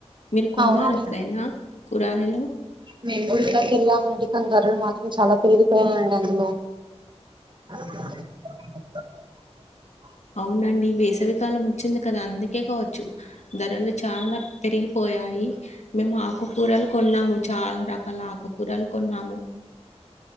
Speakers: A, on the left (about 85°); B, on the right (about 45°).
A: మీరు కొన్నారు
B: అవునండి
A: ఎప్పుడైనా కూరయలు
B: మేములాకెళ్ళామండి కంగారులు మాత్రం చాలా పెరుగి ఉందులో <unintelligible>
A: అవునండి వేసవికాలం వచ్చింది కదా అందుకే కావచ్చు ధరలు చాలా పెరిగి పోయాయి మేము ఆకుకూరలు కొన్నాము చాలా రకాల ఆకుకూరలు కొన్నాము